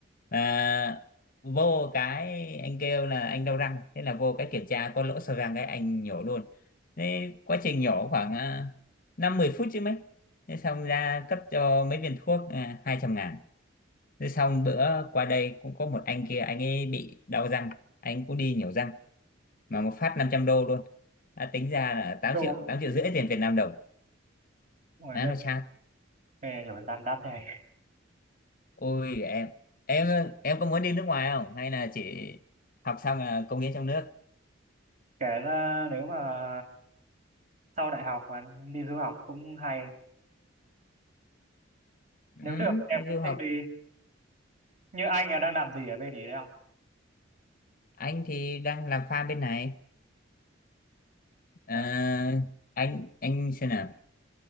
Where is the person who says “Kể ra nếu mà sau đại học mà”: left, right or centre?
Right